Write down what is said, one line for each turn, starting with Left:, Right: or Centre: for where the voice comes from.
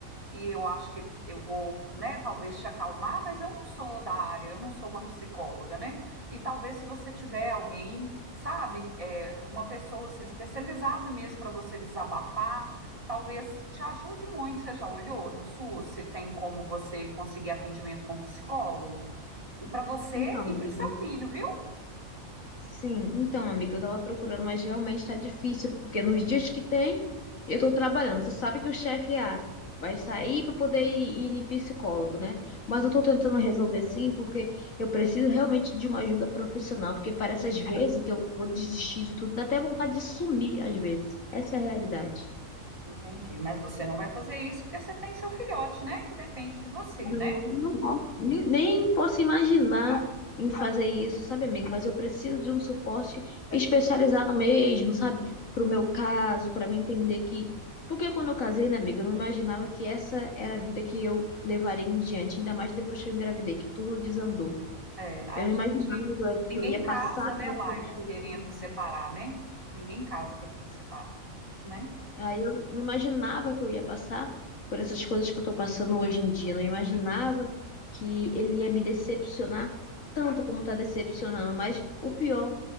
Right: que eu acho que eu vou, né? Talvez te acalmar, mas eu não sou da área, eu não sou uma psicóloga, né? E talvez se você tiver alguém, sabe, é, uma pessoa assim, especializada mesmo para você desabafar, talvez te ajude muito. Você já olhou no SUS se tem como você conseguir atendimento com psicólogo? E para você
Left: Então,
Right: e
Left: amiga.
Right: para o seu filho, viu?
Left: Sim, então, amiga, eu tava procurando, mas realmente tá difícil, porque nos dias que tem, eu tô trabalhando. Você sabe que o chefe a vai sair para poder ir, ir em psicólogo, né? Mas
Right: Uhum.
Left: eu tô tentando resolver sim, porque eu preciso realmente de uma ajuda profissional, porque parece às vezes que eu vou desistir de tudo, dá até vontade de sumir às vezes. Essa é a realidade.
Right: Entendi, mas você não vai fazer isso porque você tem seu filhote, né? Que depende de você,
Left: Não,
Right: né?
Left: não posso, nem, nem posso imaginar em fazer isso, sabe, amigo? Mas eu preciso de um suporte especializado mesmo, sabe? Pro meu caso, para mim entender que. Porque quando eu casei, né, amiga, eu não imaginava que essa era a vida que eu levaria em diante, ainda mais depois que eu engravidei, que tudo desandou.
Right: É, a
Left: Eu não
Right: gente,
Left: imaginava Zé,
Right: ninguém
Left: que eu ia passar
Right: casa, né,
Left: pelas
Right: Laila,
Left: coisas que eu
Right: querendo
Left: tô passando.
Right: separar, né? Ninguém casa querendo separar, né?
Left: Aí eu não imaginava que eu ia passar por essas coisas que eu tô passando hoje em dia. Não imaginava que ele ia me decepcionar tanto como tá decepcionando. Mas o pior,